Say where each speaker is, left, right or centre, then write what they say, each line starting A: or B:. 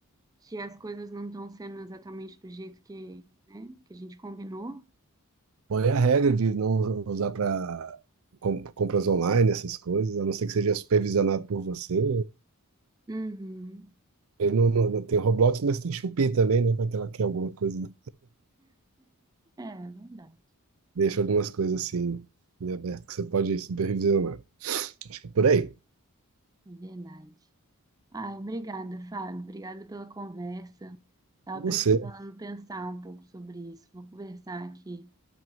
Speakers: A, on the right (about 15°); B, on the right (about 65°).
A: que as coisas não estão sendo exatamente do jeito que, né, que a gente combinou,
B: Bom, é a regra de não usar para compras online, essas coisas, a não ser que seja supervisionado por você.
A: Uhum.
B: Ele não, não- não tem Roblox, mas tem Shopee também, né? Pra que ela quer alguma coisa, né?
A: É verdade,
B: Deixa algumas coisas assim em aberto que você pode supervisionar. Acho que é por aí.
A: é verdade. Ai, obrigada, Fábio. Obrigada pela conversa. Tava
B: E Você,
A: precisando pensar um pouco sobre isso. Vou conversar aqui